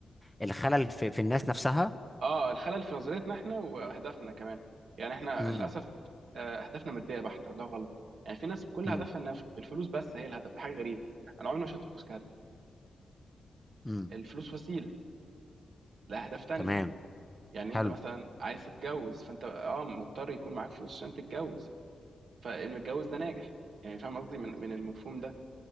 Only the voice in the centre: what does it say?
الخلل في, في الناس نفسها
امم
امم
امم
تمام
حلو